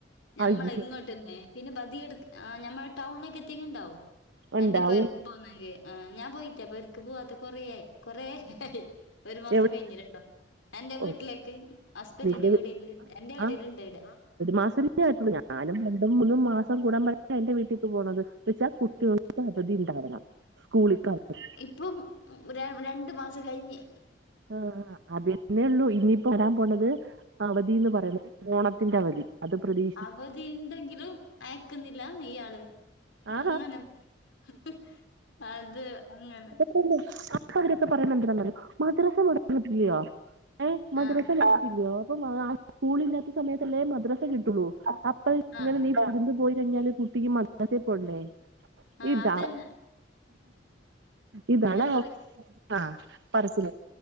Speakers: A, on the left; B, on the right.
A: ഞമ്മള
B: അയ്യോ
A: ഇങ്ങോട്ട് പിന്നെ പിന്നെ ബധിയടുക്ക് ആ ഞമ്മൾ ടൗണിലേക്ക് എത്തിട്ടുണ്ടാവും
B: ഉണ്ടാവും
A: എന്റെ പേർക്ക് പോന്നെങ്കിൽ ആ ഞാൻ പോയിട്ടേ പേരക്ക് പോവാത്ത കൊറേ ആയി കൊറായി ഒരു മാസം
B: എവിടെ
A: കഴിഞ്ഞിട്ടുണ്ടാവും എന്റെ വീട്ടിലേക്ക്
B: ഓ
A: ഹസ്ബണ്ടിന്റെ
B: നിന്റെ
A: വീടെല് എന്റെ
B: ആ
A: വീട്ലുണ്ട് ഇവിടെ
B: <unintelligible> രണ്ടും മൂന്നും മാസം കൂടീട്ടാണ് എന്റെ വീട്ടിലേക്ക് പോണത് എന്ന് വെച്ചാൽ കുട്ടികൾക്ക് അവധി ഉണ്ടാവണം സ്കൂളിൽക്ക്‌ അവധി
A: അപ്പം ര രണ്ട് മാസം കഴിഞ്ഞ്
B: ആഹ് അഹ് അതെന്നെ ഉള്ളൂ ഇനിയിപ്പോ വരാൻ പോണത് അവധി എന്ന് പറയുന്നത് ഓണത്തിന്റെ അവധി അത് പ്രതീ
A: അവധി ഇണ്ടെങ്കിലും അയക്കുന്നില്ലന്ന് ഇയാള്
B: ആ
A: അങ്ങനെ ഹി ഹി അത് അങ്ങനെ
B: അ ചിലരൊക്കെ പറയുന്നേ എന്തുവാന്ന് അറിയോ മദ്രസ മൊടക്ക് ഇല്ലിയോ ഏഹ് മദ്രസ
A: ആഹ്.
B: മൊടക്കില്ലിയോ അഹ് സ്കൂള് ഇല്ലാത്ത സമയത്തല്ലേ മദ്രസ കിട്ടുള്ളൂ അപ്പൾ ഇങ്ങനെ
A: ആഹ്.
B: നീ വിരുന്ന് പോയി കഴിഞ്ഞാല് കുട്ടിക്ക് മദ്രസ്സേല് പോണ്ടേ
A: ആഹ്
B: ഇതാ
A: അതന്നെ.
B: ഇതാണ്
A: അങ്ങനെ
B: അവസ്ഥ അഹ് പരച്ചിലായി